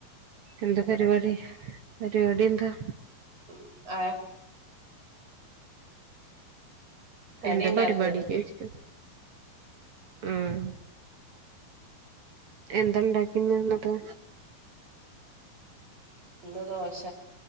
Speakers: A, on the right; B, on the right.
A: എന്താ പര് വാടി പരിവാടി എന്താ
B: ഉം ആഹ് ഉം കടി
A: എന്താ
B: ഉണ്ടാക്കാണ്
A: പരിപാടി കെയ്ച്ച്ട്ട് ആഹ് എന്താണ്ടാക്കിന്ന് ന്നട്ട്
B: ഇന്ന് ദോശ